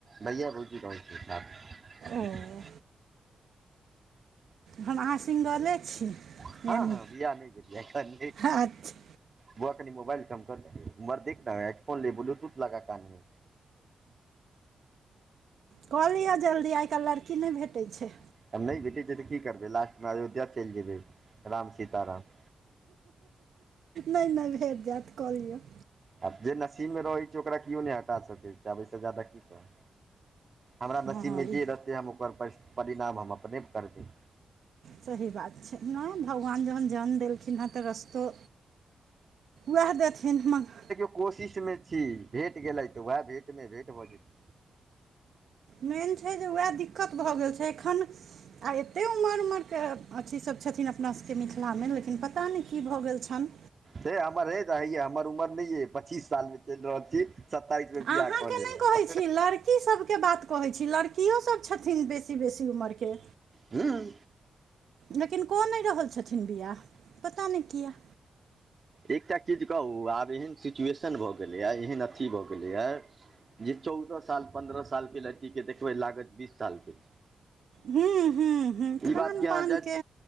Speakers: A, on the right; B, on the right.
A: भैया भौजी रहै छै साथ मे।
B: ओ हम अहाँ सिंगले छी।
A: हँ
B: यानि
A: हँ बियाह नै भेल या अखन।
B: अच्छा
A: बौआ कनि मोबाइल कम कर ने उम्हर देख ने हेडफोन ले ब्लूटूथ लगा कान मे।
B: कऽ लियऽ जल्दी आइ काइल लड़की नै भेटै छै।
A: तब नै भेटै छै तऽ की करबै लास्ट में अयोध्या चइल जेबै राम सीता राम।
B: नै नै भेट जैत कऽ लियऽ।
A: आ जे नसीब मे रहै छै ओकरा किओ नै हटा सकै छै आब अय स ज्यादा की कहू। हमरा
B: हँ
A: नसीब
B: हँ
A: मे
B: ई
A: जे रहतै हम ओकर पश परिणाम हम अपने करबै।
B: सही बात छै नै भगवान जहन जन्म देलखिन हैं तऽ रस्तो वैह देथिन माह
A: कोशिश मे छी भेट गेलै तऽ वैह भेट मे भेट भऽ जेतै।
B: मेन छैय जे वैह दिक्कत भऽ गेल छैय एखन आ एते उमर उमरके अथी सब छथिन अपना सबके मिथिलामे लेकिन पता नहि की भऽ गेल छनि।
A: हे हमर हे तऽ हइया हमर उमर नहि अइ पच्चीस सालमे चलि रहल छी। सत्ताइसमे
B: अहाँकेँ
A: बियाह कऽ लेब
B: नहि कहै
A: हम
B: छी लड़कीसभके बात कहै छी लड़कियोसभ छथिन बेसी बेसी उमर के।
A: हुं।
B: लेकिन कऽ नहि रहल छथिन बियाह पता नहि किया।
A: एकटा चीज कहू आब एहन सिचुएशन भऽ गेलैया एहन अथी भऽ गेलैया जे चौदह साल पन्द्रह साल के लड़की के देखबै लागत बीस साल के छैय।
B: हूँ हूँ हूँ
A: ई
B: खान
A: बात के
B: पानके
A: जज